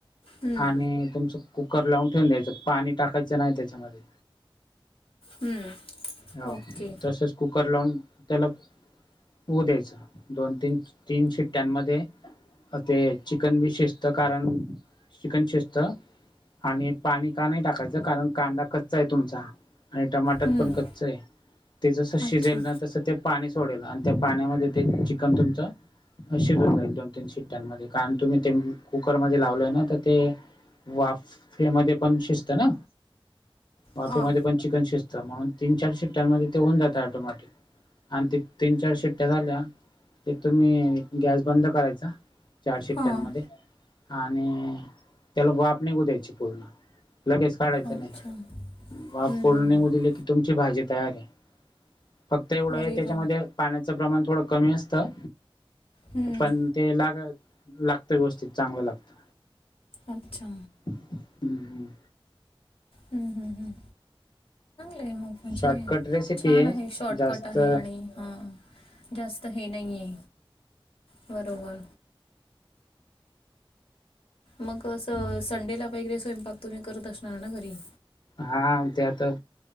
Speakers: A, on the left (about 80°); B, on the left (about 55°).
A: हम्म
B: आणि तुमचं कुकर लावून ठेवून द्यायचं पाणी टाकायचं नाही त्याच्यामध्ये
A: हम्म.
B: हो
A: ओके
B: तसेच कुकर लावून त्याला होऊ द्यायच दोन तीन तीन शिट्ट्यांमध्ये अ ते चिकन भी शिजत कारण चिकन शिजत आणि पाणी का नाही टाकायचं कारण कांदा कच्चा आहे तुमचा आणि टमाटर
A: हम्म
B: पण कच् च्च ये. ते जसं शिजेल
A: अच्छा
B: ना तसं ते पाणी सोडेल आणि त्या पाण्यामध्ये ते चिकन तुमचं अशे शिजून जाईल ते दोन तीन शिट्ट्यांमध्ये, कारण तुम्ही ते कुकरमध्ये लावलय ना, तर ते वाफेमध्ये पण शिजत ना, वाफेमध्ये
A: हां
B: पण चिकन शिजत, म्हणून तीन चार शिट्ट्यांमध्ये ते होऊन जाते ऑटोमॅटिक, आणि ते तीन चार शिट्ट्या झाल्या ते तुम्ही गॅस बंद करायचा,, चार शिट्ट्यांमध्ये.
A: हां
B: आणि त्याला वाफ निघू द्यायची पूर्ण लगेच काढायचं
A: अच्छा
B: नाही.
A: हम्म
B: बा पूर्ण
A: हम्म
B: निम
A: हम्म
B: दिली की तुमची भाजी तयार आहे फक्त एवढं आहे
A: अरे
B: त्याच्यामध्ये
A: वा
B: पाण्याचं प्रमाण थोडं कमी असतं.
A: हम्म
B: पण ते लाग लागतं व्यवस्थित चांगलं लागत.
A: अच्छा
B: हम्म हम्म
A: हम् हम् हम् मग म्हणजे
B: शॉर्टकट रेसिपी
A: छान आहे शॉर्टकट
B: जास्त
A: आहे आणि हा जास्त हे नाहीये बरोबर. मग अस संडेला वैगैरे स्वयंपाक तुम्ही करत असणार ना घरी
B: हा ते आता